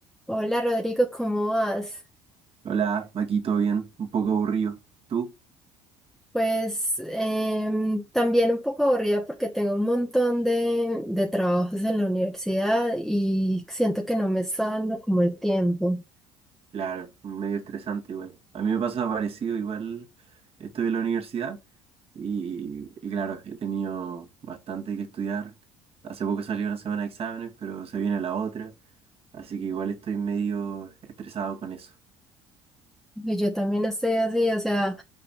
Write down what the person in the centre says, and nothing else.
Hola Rodrigo, ¿cómo vas?
Pues em, también un poco aburrida porque tengo un montón de, de trabajos en la universidad y siento que no me está dando como el tiempo.
Y yo también estoy así, o sea...